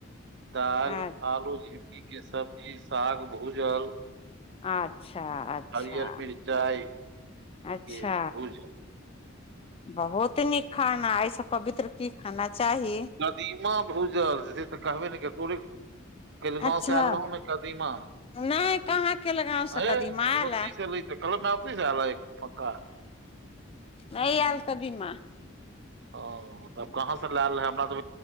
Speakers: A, on the right; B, on the left.
A: दालि
B: आ
A: आलू झिगीके सब्जी साग भूजल
B: अच्छा, अच्छा,
A: हरियर मिरचाई के
B: अच्छा।
A: भूजल
B: बहुत नीक खाना एहिसँ पवित्र की खाना चाही।
A: नदीमा भूजल से तऽ कहबे ने कऽ तोरे केललगावसे
B: अच्छा
A: आल रह हूँ मे कदीमा।
B: नहि कहाँ के लगाव से
A: अै
B: कदीमा आयल ए
A: लै छै, कलमे आती एक पक्का हूं
B: नै
A: हूं
B: अल कदीमा।
A: ओ तब कहाँसे लायल रहे हमरा तऽ